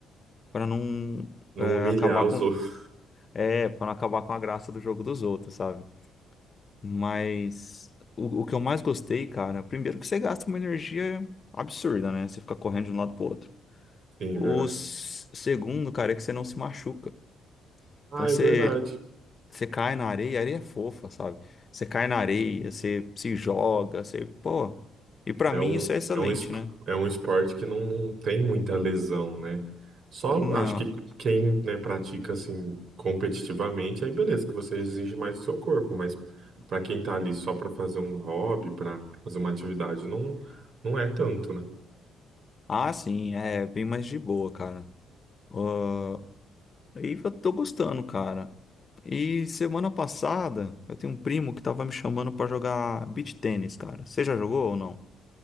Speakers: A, on the left; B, on the right.
A: para não
B: Não
A: é,
B: humilhar
A: acabar
B: os
A: com,
B: outros.
A: é, para não acabar com a graça do jogo dos outros, sabe? Mas o, o que eu mais gostei, cara, primeiro que você gasta uma energia absurda, né? Você fica correndo de um lado pro outro.
B: Sim,
A: O
B: verdade.
A: s- segundo, cara, é que você não se machuca.
B: Ah,
A: Então você,
B: é verdade.
A: você cai na areia, a areia é fofa, sabe? Você cai na areia, você se joga, você, pô. E pra
B: É
A: mim
B: um,
A: isso é excelente,
B: é um, es-
A: né?
B: é um esporte que não, não tem muita lesão, né? Só
A: Não.
B: acho que quem, né, pratica assim competitivamente, aí beleza, que você exige mais do seu corpo, mas pra quem tá ali só pra fazer um hobby, pra fazer uma atividade, não, não é tanto, né?
A: Ah, sim, é bem mais de boa, cara. Ah, e eu tô gostando, cara. E semana passada, eu tenho um primo que tava me chamando pra jogar beach tênis, cara. Você já jogou ou não?